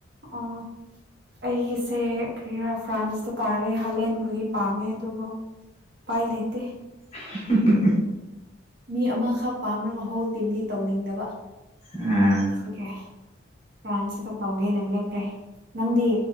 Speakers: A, on the right; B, on the left.
A: ꯑꯣ ꯑꯩꯒꯤꯁꯦ ꯈꯔ ꯐ꯭ꯔꯥꯟꯁꯇ ꯇꯥꯔꯦ ꯍꯂꯦꯟꯕꯨꯗꯤ ꯄꯥꯝꯃꯦ ꯑꯗꯨꯕꯨ ꯎꯄꯥꯏ ꯂꯩꯇꯦ
B: ꯎꯝ ꯎ <inaudible>
A: ꯃꯤ ꯑꯃꯈꯛ ꯄꯥꯝꯔꯒ ꯍꯣꯜ ꯇꯤꯝꯗꯤ ꯇꯧꯅꯤꯡꯗꯕ
B: ꯎꯝ
A: ꯆ <unintelligible> ꯀꯦ ꯐ꯭ꯔꯥꯟꯁꯤꯗ ꯇꯧꯒꯦꯅ ꯂꯦꯞꯄ꯭ꯔꯦ ꯅꯪꯗꯤ